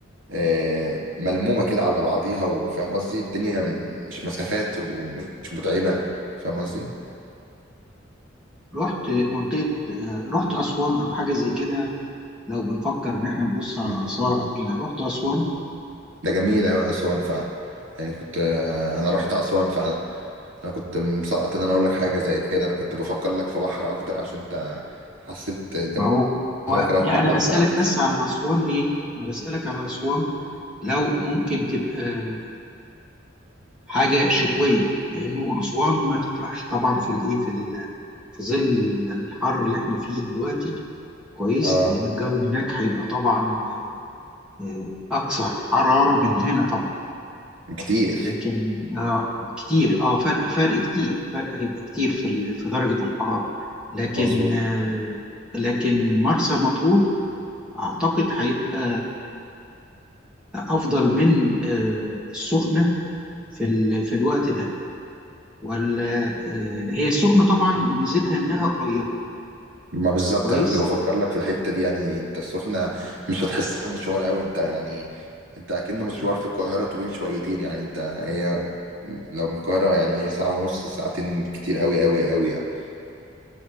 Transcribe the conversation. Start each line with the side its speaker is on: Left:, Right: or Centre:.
Right: آه، ملمومة كده على بعضيها وفاهم قصدي الدنيا مش مسافات ومش متعبة فاهم قصدي
Centre: رحت منطقة آه، رحت أسوان أو حاجة زي كده لو بنفكر إن إحنا نبص على
Right: مم.
Centre: آثار أو كده رحت أسوان
Right: ده جميل أوي أسوان فعلا يعني كنت آه، أنا رحت أسوان فعلا أنا كنت مسقط إن أنا أقول لك حاجة زي كده أنا كنت بفكر لك في بحر أكتر عشان أنت حسيت دماغك
Centre: ما هو
Right: رايح
Centre: لا
Right: على البحر
Centre: أنا بسألك
Right: أكتر
Centre: بس على أسوان ليه؟ أنا بسألك على أسوان لو ممكن تبقى آه، حاجة شتوية لأنه أسوان ما تطرحش طبعا في الإيه في ال- في ظل الحر اللي إحنا فيه دلوقتي كويس
Right: آه
Centre: لأن الجو هناك هيبقى طبعا آه، أكثر حرارة من هنا طبعا
Right: كتير
Centre: لكن اه كتير اه فرق فرق كتير فرق هيبقى كتير في ال- في درجة الحرارة لكن
Right: مظبوط
Centre: آه لكن مرسى مطروح اعتقد هيبقى افضل من آه السخنة في ال- في الوقت ده ولا آه هي السخنة طبعا ميزتها انها قريبة
Right: ما بالظبط
Centre: كويس
Right: انا كنت بفكر لك في الحته دي يعني انت السخنه مش هتحسها مشوار قوي انت يعني انت اكنه مشوار في القاهره طويل شويتين يعني انت هي لو من القاهره يعني هي ساعه ونص ساعتين كتير قوي قوي قوي يعني